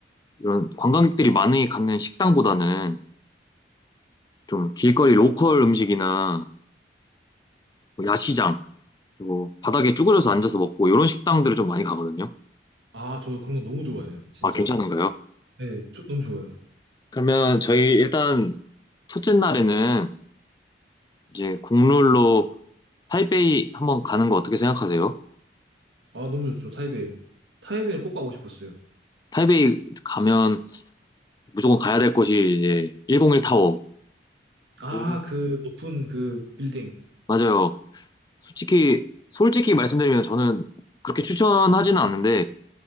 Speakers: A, on the left; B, on the right.
A: 이런 관광객들이 많이 가는 식당보다는 좀 길거리 로컬 음식이나 뭐 야시장, 그리고 바닥에 쭈그려서 앉아서 먹고 이런 식당들을 좀 많이 가거든요.
B: 아, 저 그런 거 너무 좋아해요. 진짜.
A: 아, 괜찮은가요?
B: 네, 저- 너무 좋아요.
A: 그러면 저희 일단 첫째 날에는 이제 국룰로 타이베이 한번 가는 거 어떻게 생각하세요?
B: 아, 너무 좋죠. 타이베이. 타이베이를 꼭 가고 싶었어요.
A: 타이베이 가면 무조건 가야 될 곳이 이제 101 타워.
B: 아,
A: 오.
B: 그 높은 그 빌딩.
A: 맞아요. 솔직히 솔직히 말씀드리면 저는 그렇게 추천하지는 않는데